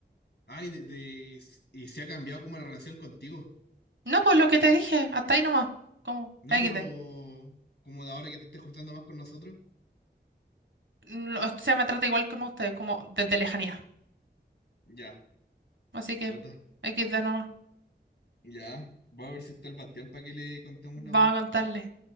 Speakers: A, on the left; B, on the right.
A: ay, de, de- s- y se ha cambiado como la relación contigo.
B: No, pues lo que te dije, hasta ahí nomás. como
A: No,
B: XD.
A: pero como de ahora que te estés juntando más con nosotros,
B: lo- o sea, me trata igual como ustedes, como desde lejanía.
A: ya,
B: Así que,
A: puta,
B: XD nomás.
A: ya. Vamos a ver si está el Bastián para que le contemos
B: Vamos
A: la weá.
B: a contarle.